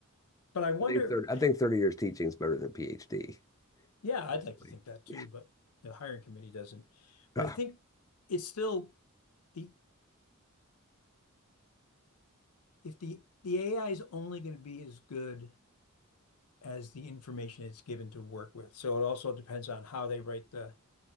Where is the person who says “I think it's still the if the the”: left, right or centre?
Left